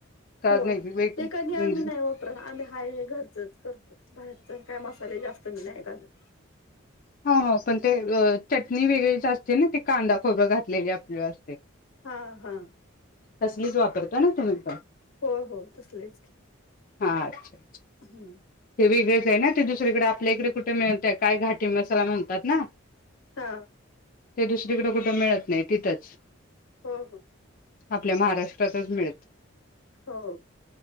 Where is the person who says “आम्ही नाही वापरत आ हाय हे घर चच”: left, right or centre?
Left